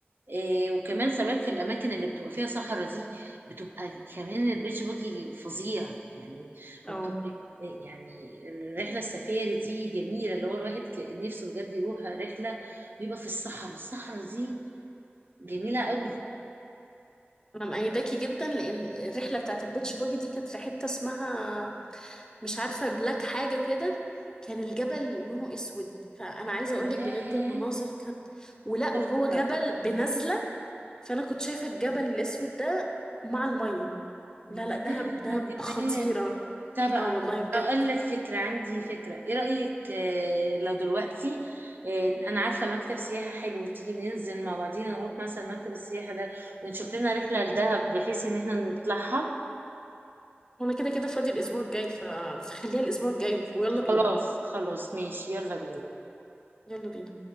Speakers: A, on the right; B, on the left.
A: إيه وكمان خلي بالك في الأماكن اللي بتبقى فيها صحراء دي بتبقى كمان البيتش باجي فظيع يعني
B: اه
A: وبتبقى إيه يعني الرحلة السفاري دي جميلة اللي هو الواحد ك- نفسه بجد يروح رحلة ويبقى في الصحراء الصحراء دي جميلة قوي
B: أنا مأيداكي جدا لأن الرحلة بتاعت البيتش باجي دي كانت في حتة اسمها مش عارفة بلاك حاجة كده كان الجبل لونه اسود فانا عايزة اقولك
A: ياه
B: بجد المناظر كانت ولا
A: تحفة
B: وهو جبل بنزلة فانا كنت شايفة الجبل الاسود ده مع المية
A: ياه
B: لا لا دهب دهب
A: على الجمال
B: خطيرة
A: طب
B: اه والله بجد
A: اقول لك فكرة عندي فكرة ايه رأيك آه، لو دلوقتي آه، انا عارفة مكتب سياحة حلو تيجي ننزل مع بعضينا نروح مثلا مكتب السياحة ده ونشوف لنا رحلة لدهب بحيث ان احنا نطلعها
B: وانا كده كده فاضي الاسبوع الجاي ف... فخليها الاسبوع الجاي ويلا
A: خلاص
B: بينا
A: خلاص ماشي يلا بينا
B: يلا بينا